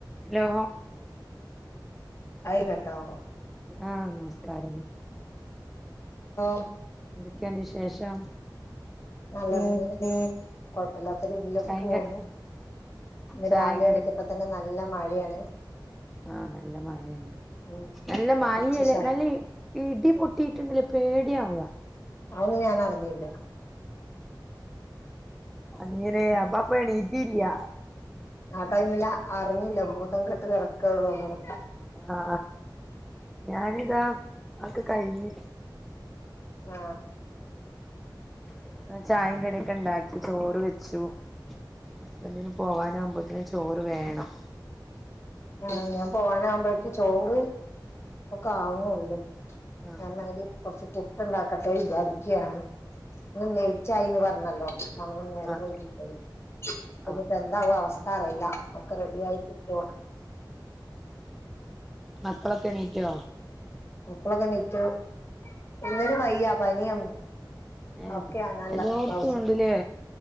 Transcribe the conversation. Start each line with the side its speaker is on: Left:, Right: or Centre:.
Centre: Hello
Left: ആയിക്കൊട്ടോ
Centre: ആ നമസ്കാരം.
Left: ഒ
Centre: എന്തൊക്കെയുണ്ട് വിശേഷം
Left: നല്ല വിശേ <unintelligible> കൊഴപ വില്ലാത്ത രീതിയിലൊക്കെ
Centre: ചായിം
Left: പോകുന്നു
Centre: ക
Left: ഇന്ന്
Centre: ചായിം
Left: രാവിലെ എണീറ്റപ്പത്തന് നല്ല മഴയാണ്. <inaudible>
Centre: ആ നല്ല മഴയാണ്
Left: ഉം
Centre: നല്ല
Left: പിന്നെ
Centre: മഴെയല്ല
Left: കൊറച്ച് ശ
Centre: നല്ല ഇടി പൊട്ടിയിട്ട് ഇങ്ങട് പേടി ആവുക
Left: അതൊന്നും ഞാൻ അറിഞ്ഞില്ല
Centre: അങ്ങനെ അപ്പാപേടി ഇല്ല്യ.
Left: ആ ടൈമില് അറിഞ്ഞില്ല. ബോധം കെട്ട് കിടക്കാന്ന് തോന്നണു.
Centre: ആ ഞാനിതാ അത് കഴിഞ്ഞ്
Left: അ
Centre: <inaudible> ചായേം കടിയും ഒക്കെ ഉണ്ടാക്കി ചോറ് വെച്ച് ഈശോ ഹസ്ബന്റിനു പോകാൻ ആവുമ്പയത്തേ ചോറ് വെകണം
Left: ആ ഞാൻ പോവാന ആവുമ്പോഴേക്ക് ചോറ് ഒക്കെ ആവുന്നേ ഉള്ളൂ
Centre: ആഹ്
Left: എന്നല് കുറച്ച് പുട്ട് ട്ട് ഇണ്ടാക്കട്ടെ വിചാരിക്കയാണ് ഇന്ന് ലേറ്റായിന്ന് പറഞ്ഞല്ലോ ഒന്ന് നേരം
Centre: ആഹ്
Left: വൈകി പോയി ഇപ്പൊ
Centre: ആഹ്
Left: ഇനിയിപ്പ എന്താവോ അവസ്ഥ അറിയില്ല ഒക്കെ റെഡിയായി കിട്ടുവോ
Centre: മക്കളൊക്കെ എണീറ്റോ
Left: മക്കളൊക്കെ എണിറ്റു ഒന്നിന് വയ്യ പനിയാണ്
Centre: ഏഹ്
Left: ഓക്കെയാണല്ലാം
Centre: എല്ലാർക്കും
Left: ഇപ്രാവശ്യം
Centre: ഉണ്ട്ല്ലേ